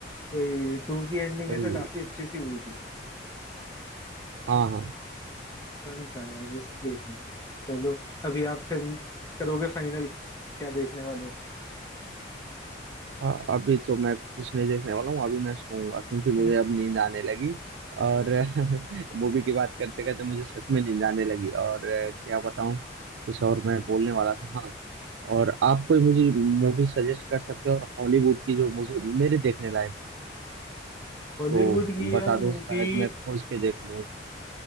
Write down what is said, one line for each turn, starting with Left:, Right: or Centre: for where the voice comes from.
Left: कोई टू की एंडिंग
Right: वही
Left: ऐसे काफी अच्छी सी हुई थी
Right: हाँ हाँ
Left: फन था यार बस देखने में। चलो अभी आप फिर करोगे फाइनल क्या देखने वाले हो
Right: अ- अभी तो मैं कुछ नहीं देखने वाला हूँ अभी मैं सोऊंगा क्योंकि मुझे
Left: <laughs>
Right: अब नींद आने लगी और <laughs> मूवी की बात करते करते मुझे सच में नींद आने लगी और अ, क्या बताऊँ कुछ और मैं बोलने वाला था हाँ और आप कोई मुझे मूवी सजेस्ट कर सकते हो और हॉलीवुड की जो मुझे मेरे देखने लायक हो
Left: हॉलीवुड
Right: तो
Left: की
Right: बता
Left: यार
Right: दो
Left: मूवी
Right: शायद मैं खोज के देख लूँ